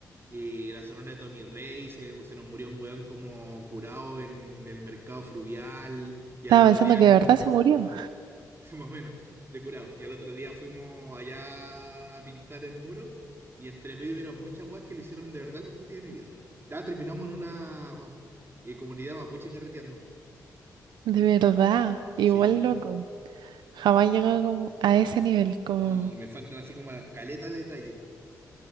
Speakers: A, on the right (about 30°); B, on the right (about 80°).
A: eh, la Sonora de Tommy Rey, se, se nos murió un hueón como curado en el mercado fluvial, y
B: Estaba
A: al otro
B: pensando
A: día
B: que
A: como
B: de verdad se murió.
A: <laughs> más o menos, de curados. Y al otro día fuimos allá a pintar el muro y entre medio hubieron muchas guas que lo hicieron de verdad el mejor día de mi vida. Ya terminamos en una eh, comunidad mapuche carreteando.
B: De verdad. Igual
A: Sí,
B: loco. Jamás llegó como a ese nivel. Como.
A: y me faltan así como la caleta de detalles.